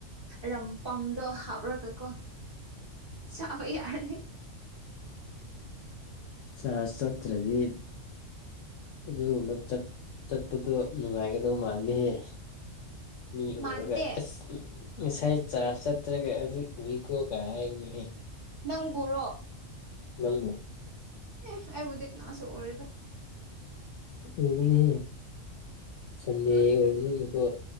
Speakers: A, on the right (about 45°); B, on the left (about 70°).
A: ꯔꯝꯄꯝꯗꯣ ꯍꯥꯞꯔꯒ ꯀꯣ ꯆꯥꯕ ꯌꯥꯔꯅꯤ
B: ꯆꯥ ꯁꯠꯇ꯭ꯔꯗꯤ ꯑꯗꯨꯒꯨꯝꯕ ꯆꯠ ꯆꯠꯄꯗꯣ ꯅꯨꯡꯉꯥꯏꯒꯗꯕ ꯃꯥꯟꯗꯦꯍꯦ ꯃꯤ
A: ꯃꯥꯟꯇꯦ
B: ꯎꯔꯒ ꯑꯁ ꯉꯁꯥꯏ ꯆꯥ ꯆꯠꯇ꯭ꯔꯒ ꯍꯧꯖꯤꯛ ꯎꯏ ꯀꯣ ꯀꯥꯏ ꯍꯥꯏꯒꯅꯤꯍꯦ
A: ꯅꯪꯕꯨꯔꯣ
B: ꯅꯪ ꯕꯨ
A: ꯑꯦ ꯑꯩꯕꯨꯗꯤ ꯀꯅꯥꯁꯨ ꯎꯔꯣꯏꯗ
B: ꯎꯒꯥꯅꯤ ꯁꯟꯗꯦ
A: ꯎꯝ
B: ꯑꯣꯏꯕꯅꯤꯅꯥꯀꯣ